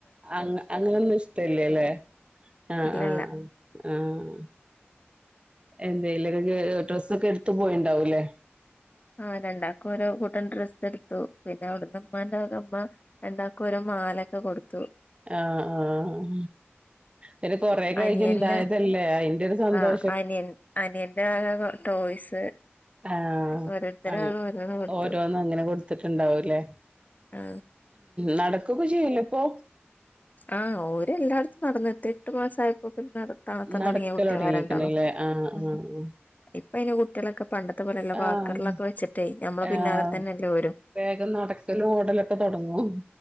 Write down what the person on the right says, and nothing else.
അ അങ്ങനൊന്നും ഇഷ്ടല്ലേല്ലേ ആഹ്
ആഹ് എന്തേലൊക്കെ ഡ്രസ്സൊക്കെ എടുത്ത് പോയിണ്ടാവൂലേ.
ആഹ് ആഹ് പിന്നെ കൊറേ കഴിഞ്ഞ്
ഇണ്ടായതല്ലേ അതിന്റെ ഒരു സന്തോ
ആഹ്
<unintelligible>
ഓരോന്നങ്ങനെ കൊടു ത്തിട്ടുണ്ടാവൂലേ
നടക്കൊക്കെ ചെയ്യില്ലേ ഇപ്പൊ
നടക്കലൊടങ്ങീക്ക്ണ്ല്ലേ
ആഹ്
ആഹ്
ആഹ്
ആഹ്
വേഗം നടക്കലും ഓടലൊക്കെ തൊടങ്ങും